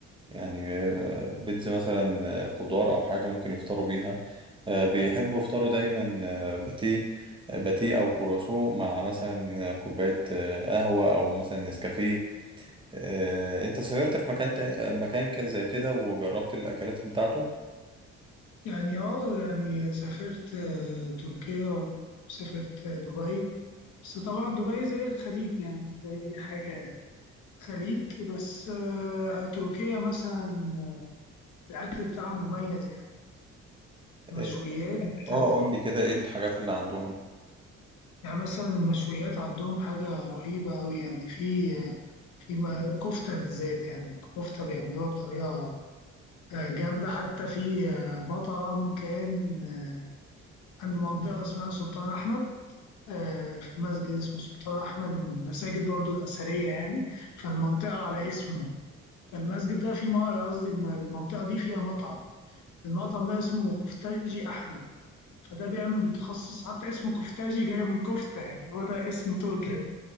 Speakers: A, on the right (about 15°); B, on the left (about 75°).
A: يعني آه، بيتزا مثلا آه، خضار او حاجه ممكن يفطروا بيها آه، بيحبوا يفطروا دايما آه، باتيه آه، باتيه او كرواسون مع مثلا آه، كوبايه آه، قهوه او مثلا نسكافيه آه، انت سافرت في مكان تا- مكان كان زي كده وجربت الاكلات بتاعته
B: يعني اه يعني سافرت آه، تركيا وسافرت آه، دبي بس طبعا دبي زي الخليج يعني زي أي حاجة خليج بس آه، تركيا مثلا آه، الأكل بتاعها مميز يعني مشويات
A: اه آه،
B: آه،
A: قول لي كده ايه الحاجات اللي عندهم
B: يعني مثلا المشويات عندهم حاجة رهيبة أوي يعني في في م- كفتة بالذات يعني كفتة بيعملوها بطريقة آه، جامدة حتى في آه، مطعم كان آه، عند منطقة اسمها سلطان أحمد آه، في مسجد اسمه سلطان أحمد من المساجد برضو الأثرية يعني فالمنطقة على اسمه فالمسجد ده في م- قصدي الم- المنطقة دي فيها مطعم المطعم ده اسمه كفتاجي أحمد فده بيعمل متخصص حتى اسمه كفتاجي جاي من كفتة يعني هو ده اسم تركي يعني.